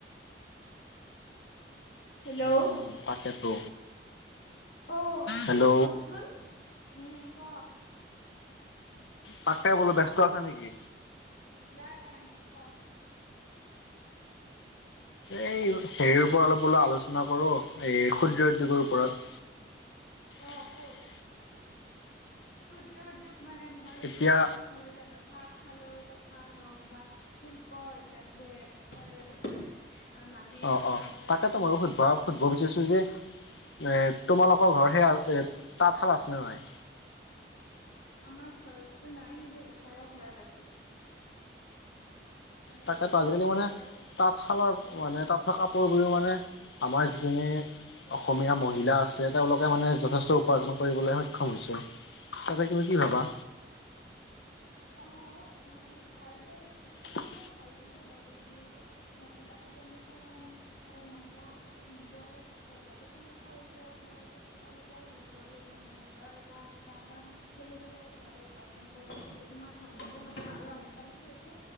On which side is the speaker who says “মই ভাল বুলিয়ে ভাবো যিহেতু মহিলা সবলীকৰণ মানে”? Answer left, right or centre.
Left